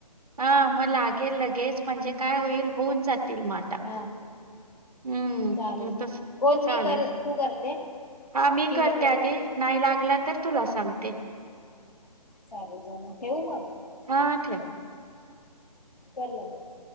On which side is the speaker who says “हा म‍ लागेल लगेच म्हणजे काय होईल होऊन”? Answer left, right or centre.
Right